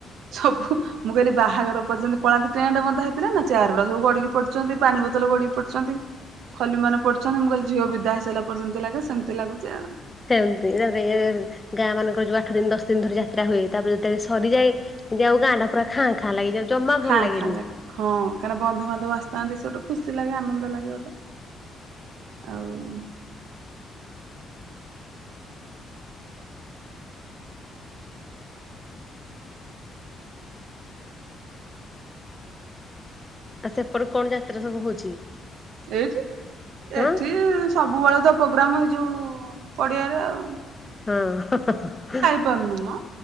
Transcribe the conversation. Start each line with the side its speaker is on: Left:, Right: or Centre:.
Right: ସବୁ ମୁଁ କହିଲି ବାହାଘର ପରେ ଦେଖନ୍ତି ପଳାନ୍ତି, ଟେଣ୍ଟ ବନ୍ଧା ହେଇଥିଲା ନା, ଚେୟାର୍ ଗୁଡ଼ା ସବୁ ଗଡି଼କି ପଡ଼ିଛନ୍ତି। ପାଣି ବୋ ଗଡିକି ପଡିଛନ୍ତି, ଖଲି ମାନେ ପଡିଛନ୍ତି। ମୁଁ କହିଲି ଝିଅ ବିଦା ହେଇସାରିଲା ପରେ ଯେମିତି ଲାଗେ ସେମିତି ଲାଗୁଛି ଆଉ।
Left: ସେମତି, ତାପରେ ଗାଁ ମାନଙ୍କର ଯୋଉ ଆଠ ଦିନ, ଦଶ ଦିନ ଧରିକି ଯାତ୍ରା ହୁଏ, ତାପରେ ଯେତେବେଳେ ସରିଯାଏ ଏମତି ଆଉ ଗାଁ ଟା ପୁରାଁ ଖାଁ ଲାଗେ ଯାଉ ଜମା ଭଲ
Right: ଖାଁ
Left: ଲାଗେନି।
Right: ଖାଁ ଲାଗେ ହଁ କାହିଁକ ନା ବନ୍ଧୁବାନ୍ଧବ ଆସି ଥାଆନ୍ତି, ସେ ଗୋଟେ ଖୁସି ଲାଗେ, ଆନନ୍ଦ ଲାଗେ ଗୋଟେ। ଆଉ
Left: ଆଉ ସେପଟେ କଣ ଯାତ୍ରା ସବୁ ହଉଛି?
Right: ଏଇଠି?
Left: ହଁ
Right: ଏଠି ସବୁବେଳେ ତ ପ୍ରୋଗ୍ରାମ ହେଇଯୋଉ ପଡିଆରେ ଆଉ।
Left: ହଁ।
Right: ପାରୁନୁ ମ